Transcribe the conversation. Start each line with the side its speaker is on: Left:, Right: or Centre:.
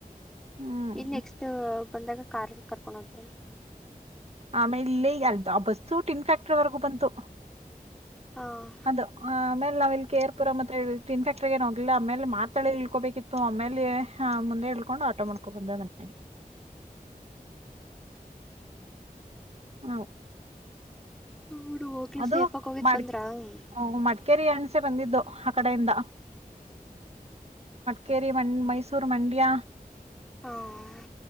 Right: ಹ್ಮ್
Centre: ಈ ನೆಕ್ಸ್ಟ್ ಬಂದಾಗ ಕಾರಲ್ಲಿ ಕರ್ಕೊಂಡು ಹೋಗ್ಿ
Right: ಆಮೇ ಇಲ್ಲೇ ಯಾರು ಆ ಬಸ್ಸು ಟಿನ್ ಫ್ಯಾಕ್ಟ್ರಿ ವರೆಗೂ ಬಂತು
Centre: ಹಾಂ
Right: ಅದು ಆ ಆಮೇಲೆ ನಾವ್ ಇಲ್ಲಿ ಕೆ ಆರ್ ಪುರಂ ಮತ್ತೆ ಇನ್ ಫ್ಯಾಕ್ಟ್ರ ಏ ಹೋಗಿಲ್ಲ ಆಮೇಲೆ ಮಾರ್ತಳ್ಳಿ ಇಳ್ಕೋಬೇಕಿತ್ತು ಆಮೇಲೆ ಮುಂದೆ ಇಳ್ಕೊಂಡು ಆಟೋ ಮಾಡ್ಕೊಬ ಬಂದು ಇದಾನೆ
Centre: ಹ
Right: ಹ
Centre: ಬಿಡು ಹೋಗ್ಲಿ
Right: ಅದು
Centre: ಸೇಫಾಗಿ ಹೋಗಿದ್ದು
Right: ಮಾಡ್ಕ್
Centre: ಬಂದ್ರಾ ಹಾಂ
Right: ಮಡ್ಕೆ ಕೆರಿ ಅಣಸೆ ಇಂದ ಬಂದಿದ್ದು ಆ ಕಡೆಯಿಂದ ಸರಿ ಮ ಮೈಸೂರು ಮಂಡ್ಯ
Centre: ಹಾಂ